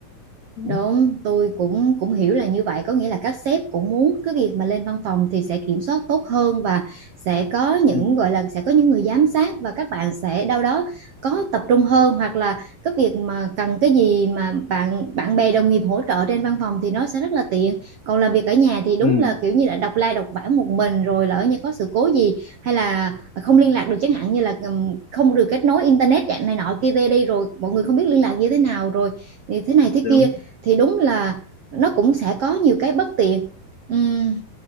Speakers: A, on the left; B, on the right.
A: ừ.
B: Đúng, tôi cũng cũng hiểu là như vậy, có nghĩa là các sếp cũng muốn cái việc mà lên văn phòng thì sẽ kiểm soát tốt hơn và sẽ có những
A: Ừ.
B: gọi là sẽ có những người giám sát và các bạn sẽ đâu đó có tập trung hơn hoặc là cái việc mà cần cái gì mà bạn bạn bè đồng nghiệp hỗ trợ trên văn phòng thì nó sẽ rất là tiện. Còn làm việc ở nhà thì đúng
A: Ừ.
B: là kiểu như là độc lai độc vãng một mình rồi lỡ như có sự cố gì hay là không liên lạc được chẳng hạn như là ừm, không được kết nối internet dạng này nọ kia tê đi rồi mọi người không biết liên lạc như thế nào rồi thì thế này thế
A: đúng
B: kia thì đúng là nó cũng sẽ có nhiều cái bất tiện Ừm,